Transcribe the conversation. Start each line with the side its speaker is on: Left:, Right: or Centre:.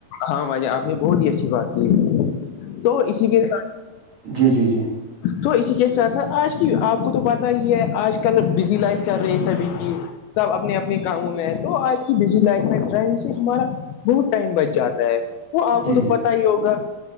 Left: ہاں آپ نے بہت ہی اچھی بات کی تو اسی کے
Right: جی جی جی
Left: تو اسی کے ساتھ س آج کی آپ کو تو پتا ہی ہے آج کل بزی لائف چل رہی ہے سبھی کی سب اپنے اپنے کاموں میں ہے تو آج کی بزی لائف میں ڈرائنگ سے ہمارا بہت ٹائم بچ جاتا ہے وہ آپ
Right: جی
Left: کو تو
Right: جی
Left: پتا ہی ہوگا